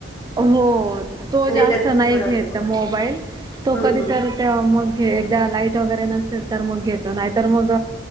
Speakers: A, on the right (about 20°); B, on the left (about 20°).
A: हो तो जास्त
B: त्यात
A: नाही
B: थोडा
A: घेत
B: वेळ
A: मोबाईल तो
B: हम्म
A: कधी
B: हम्म
A: तररी तेव्हा मग एकदा लाईट वगैरे नसेल तर मग घेतो नाही तर मग